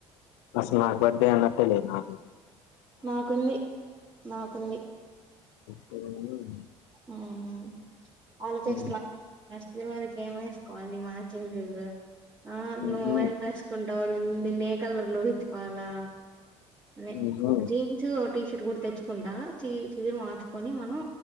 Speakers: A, on the left; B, on the right.
A: అస్సలు నా బడే అన్నట్లే లేదు నాకై
B: మాకుంది మాకుంది
A: మ్మ్
B: మ్మ్ ఆలోచిస్తన్న
A: ఉమ్,
B: తిరుమాలకి ఏం వేసుకోవాలి మ్యాచింగ్ ఆ
A: ఉహు
B: నువ్వేం వేసుకుంట డిన్ని ఏ కలర్ లో ఇచ్చుకోవాలా ని
A: ఉహు
B: ఒక జీన్సు ఓ టీ షర్ట్ కూడా తెచ్చుకుంటా చీ చీరా మార్చుకొని మనం